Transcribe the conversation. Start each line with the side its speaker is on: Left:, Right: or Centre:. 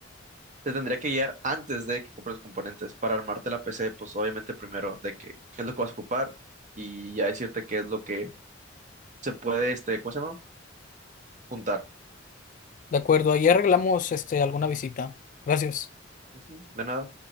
Right: Te tendría que guiar antes de que compres los componentes para armarte la PC, pues obviamente primero de que, qué es lo que vas a ocupar y ya decirte qué es lo que se puede, este, ¿cómo se llama? Juntar.
Left: De acuerdo, ahí arreglamos, este, alguna visita. Gracias.
Right: Ujú, De nada.